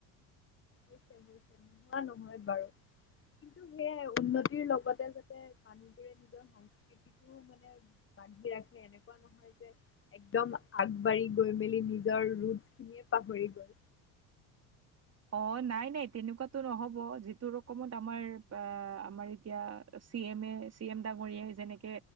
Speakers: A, on the left; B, on the right.
A: নোহোৱা নহয় বাৰু। কিন্তু সেয়ে উন্নতিৰ লগতে যাতে মানুহবোৰে নিজৰ সংস খেতিতো মানে বান্ধি ৰাখে এনেকুৱা নহয়। <unintelligible> একদম আগবাঢ়ি গৈ মেলি নিজৰ ৰোট খিনিয়ে পাহৰি গল।
B: অ, নাই - নাই তেনেকুৱাতো নহব যিটো ৰকমত আমাৰ আ আমাৰ এতিয়া চি এম এ - চি এম ডাঙৰীয়াই যেনেকে